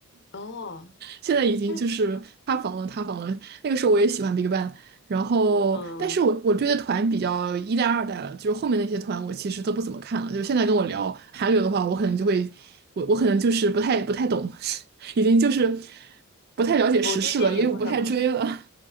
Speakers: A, on the left (about 50°); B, on the right (about 45°).
A: 哦，
B: 现在已经就是塌房了，
A: 那
B: 塌房了。那个时候我也喜欢 BigBang，然后但是我我追的团比较一代、
A: 嗯。
B: 二代了，就是后面那些团我其实都不怎么看了。就是现在跟我聊韩流的话，我可能就会，我我可能就是不太不太懂，<laughs> 已经就是不太了解时事了，
A: 我最近也不怎么。
B: 因为我不太追了。